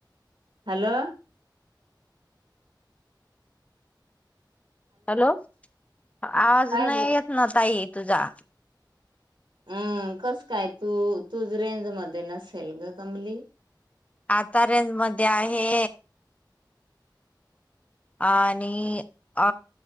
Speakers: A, on the right; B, on the left.
A: hello
B: hello आवाज
A: काय
B: नाही
A: ग
B: येत ना ताईत तु जा
A: अं कस काय तू तू रेंज मध्ये नसेल ग कमली
B: आता रेंन्ज मध्ये आहे आणि अ